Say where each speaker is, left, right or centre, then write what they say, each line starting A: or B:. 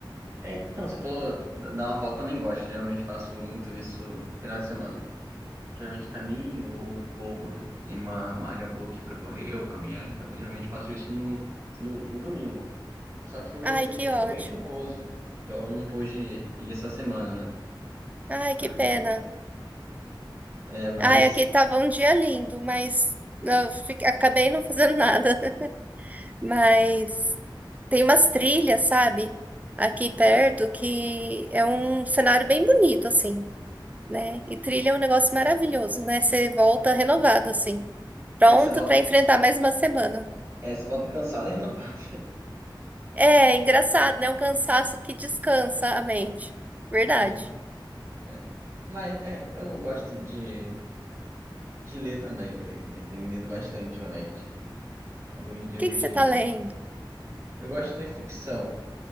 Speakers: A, on the right; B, on the right.
A: É, então, você falou da- dar uma volta, também gosto, geralmente faço muito isso no final de semana. Geralmente caminho ou corro, né? Tem uma, uma área boa aqui pra correr ou caminhar, então eu geralmente faço isso no, no, no domingo. Só que hoje
B: Ai,
A: aqui o
B: que
A: dia
B: ótimo.
A: ficou bem chuvoso. Então eu não pude ir ir essa semana, né?
B: Ai,
A: Mas,
B: que pena.
A: é, mas
B: Ai, aqui tava um dia lindo, mas eu fique- acabei não fazendo nada. <laughs> Mas tem umas trilhas, sabe? Aqui perto, que é um cenário bem bonito, assim, né? E trilha é um negócio maravilhoso, né? Você volta renovado, assim, pronto
A: é, você volta,
B: pra enfrentar mais uma semana.
A: é, você volta cansado e renovado.
B: É engraçado, né? Um cansaço que descansa a mente. Verdade.
A: <laughs> Isso, é. Mas é, eu gosto de, de ler também. Eu li- tenho lido bastante ultimamente. Alguns
B: O
A: livros
B: que que você
A: de.
B: tá lendo?
A: Eu gosto de ler ficção,